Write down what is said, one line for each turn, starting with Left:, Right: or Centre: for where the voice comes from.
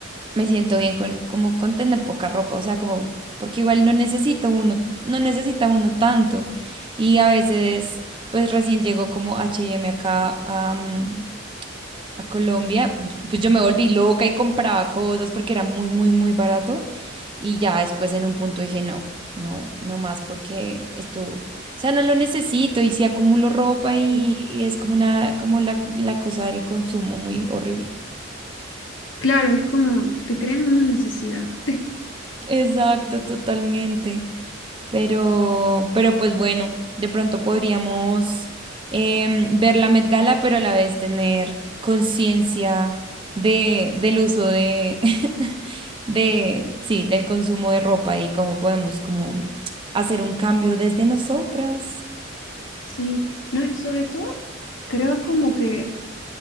Right: me siento bien con, como con tener poca ropa, o sea, como, porque igual no necesita uno, no necesita uno tanto. Y a veces, pues recién llegó como H&M acá a, mm, a Colombia, y- pues yo me volví loca y compraba cosas porque era muy, muy, muy barato. Y ya después en un punto dije, no, no, no más porque esto, o sea, no lo necesito y si acumulo ropa
Left: Sí,
Right: y, y es como una, como la, la cosa del consumo muy horrible.
Left: Claro, es como te crean una necesidad. <laughs>
Right: Exacto, totalmente. Pero, pero pues bueno, de pronto podríamos em, ver la Met Gala, pero a la vez tener conciencia de, del uso de, <laughs> de, sí, del consumo de ropa y cómo podemos como hacer un cambio desde nosotras.
Left: sí. no, y sobre todo creo como que